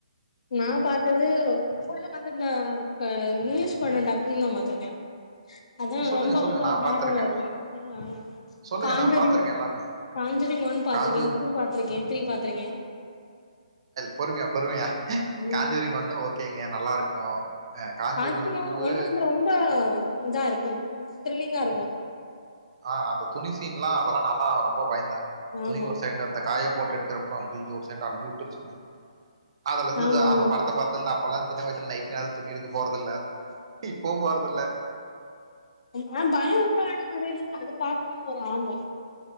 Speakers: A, on the left; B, on the right.
A: நா பாத்தது ஃபுல்லா வந்து இந்த இங்கிலீஷ் படம் டப்பிங் தா பாத்திருக்கேன் அதா
B: சொல்லுங்க
A: ரொம்ப
B: சொல்லுங்க
A: கொஞ்சொ
B: நான்
A: ஹாரர்ரா
B: பாத்திருக்கேன்
A: இருக்கும் ஆ
B: சொல்லுங்க
A: காஞ்சோரி
B: நான் பாத்திருக்கேன் எல்லாமே
A: காஞ்சரிங் ஒன் பாத்துருக்கே
B: காஞ்சூர்
A: டூ பாத்துருக்கே த்ரீ பாத்துருக்கே
B: பொறுமையா பொறுமையா
A: ம்
B: காஞ்சூரிங் ஒண்ணு ஓகேங்க நல்லா இருக்கும் காஞ்சூரிங்
A: பார்த்துட்டீங்ளா
B: டூவு
A: ஒண்ணு வந்து ரொம்ப இதா இருக்கும் தி த்ரில்லிங்கா இருக்கும்
B: ஆ அந்த துணி சீன் எல்லாம் அதெல்லாம் நல்லா ரொம்ப பயந்தேன்
A: ஆமா
B: துணி ஒரு செகண்ட் அந்த காய போட்டு எடுத்தப்ப அய்யயோ அல்லு விட்டுச்சுங்க அதுல இருந்து
A: ஆமா ஆமா
B: அந்த படத்த பாத்து நா அப்பல்லா சின்ன வயசுல நைட் நேரோ துணி எடுக்க போறதில்ல இப்பவு போறதில்ல
A: ஒன் ஆன் பயம் உண்டான வகைல அது பாக்கணுனு ஒரு ஆர்வோ